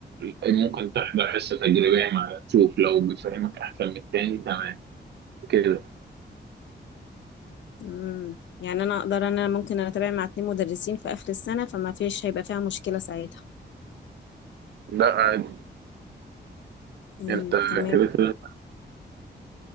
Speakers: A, on the right; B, on the left.
A: يعني ممكن تحضر حصه تجريبيه مع تشوف لو بيفهمك احسن من التاني تمام كده
B: امم يعني أنا أقدر أنا ممكن أنا أتابع مع اتنين مدرسين في آخر السنة فما فيش هيبقى فيها مشكلة ساعتها
A: لا عادي
B: امم
A: انت
B: تمام
A: كده كده